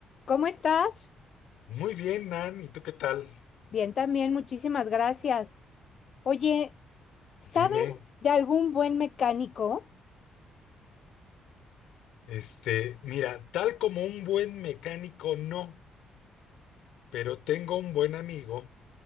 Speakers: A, on the left; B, on the left.
A: ¿Cómo estás?
B: Muy bien, Nan, ¿y tú qué tal?
A: Bien, también, muchísimas gracias. Oye, ¿sabes
B: Dime,
A: de algún buen mecánico?
B: este, mira, tal como un buen mecánico no, pero tengo un buen amigo